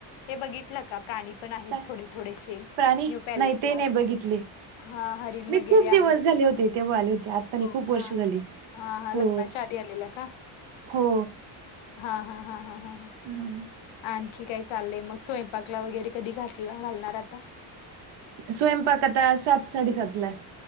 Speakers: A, on the left; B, on the right.
A: हे बघितलं का प्राणी पण आहेत
B: काय
A: थोडे, थोडेसे
B: प्राणी
A: न्यू पॅलेसला?
B: नाही ते नाही बघितले
A: हा हरिण
B: मी
A: वगैरे
B: खूप
A: आहेत.
B: दिवस झाले होते तेव्हा आले होते आता नाही
A: हो
B: खूप
A: का.
B: वर्ष झाली
A: हा, हा
B: हो
A: लग्नाच्या आधी आलेला का
B: हो
A: हा, हा, हा, हा, हा.
B: हम्म.
A: आणखी काय चाललंय मग स्वयंपाकला वगैरे कधी घातला घालणार आता?
B: स्वयंपाक आता सात साडेसातला.